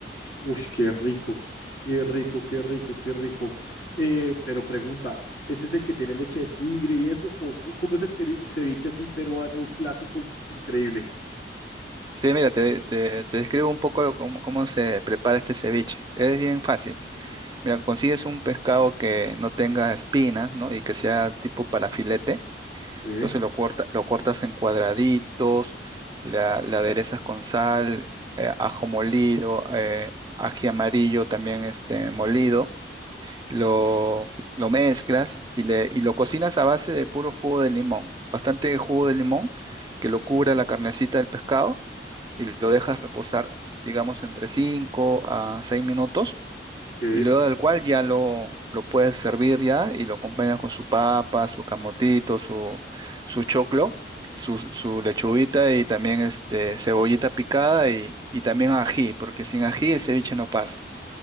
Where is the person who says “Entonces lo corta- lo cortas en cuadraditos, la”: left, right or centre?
Right